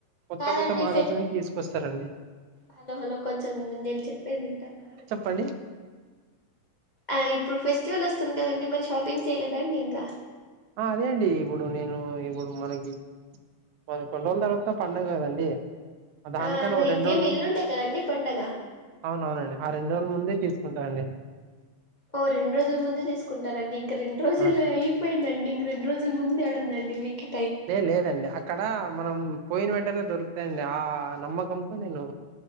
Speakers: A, on the right; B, on the left.
A: కొత్త
B: కాదండి
A: కొత్త మోడల్స్ అవీ తీసుకొస్తరండీ
B: హాలో హాలో కొంచం నేను చెప్పేది వింటన్నారా అండీ
A: చెప్పండి
B: ఆ ఇప్పుడు ఫెస్టివల్ వస్తుంది కదండీ మరి షాపింగ్ చేయలేదాండి ఇంకా
A: ఆ అదే అండీ ఇప్పుడు నేను ఇప్పుడు మనకీ పదకొండు రోజుల తర్వాత పండగ కదండీ దానికన్నా
B: ఆ అదే
A: ఒ రెండు
B: ఇంకేం
A: రోజుల ముంద్
B: ఎల్లుండే కదండి పండగ
A: అవునవునండీ ఆ రెం రెండు రోజుల ముందే తీసుకుంటా అండి
B: ఓ రెండు రోజుల ముందే తీసుకుంటారండీ ఇంక రెండు రోజులు
A: ఆ
B: అయిపోయిందండీ ఇం రెండు రోజుల ముంద్ యాడుందండి మీకీ
A: లే లేదండీ అక్కడా మనం పోయిన వెంటనే దొరుకుతాయండీ ఆ నమ్మకంతో నేనూ